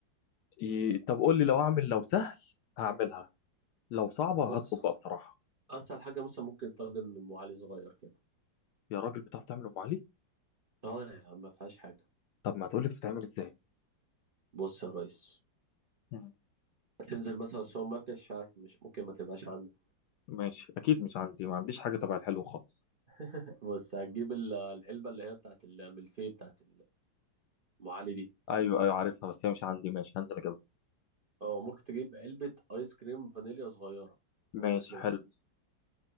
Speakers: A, on the left (about 70°); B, on the right (about 45°).
A: ي... طب قول لي لو اعمل لو سهل هعملها لو صعبه
B: بص
A: هطلب بقى بصراحه
B: اسهل حاجه مثلا ممكن طاجن ام علي صغير كده
A: يا راجل بتعرف تعمل ام علي
B: اه يا عم ما فيهاش حاجه
A: طب ما تقول لي بتتعمل ازاي
B: بص يا ريس
A: مم.
B: هتنزل مثلا السوبر ماركت مش عارف مش ممكن ما تبقاش عندك
A: ماشي اكيد مش عندي ما عنديش حاجه تبع الحلو خالص
B: <laughs> بص هتجيب ال- العلبه اللي هي بتاعت الملفيه بتاعت ام علي دي
A: ايوه ايوه عارفها بس هي مش عندي ماشي هنزل اجيبها
B: اه ممكن تجيب علبة ايس كريم فانيليا صغيرة
A: ماشي
B: هقول لك ليه
A: حلو
B: بعدين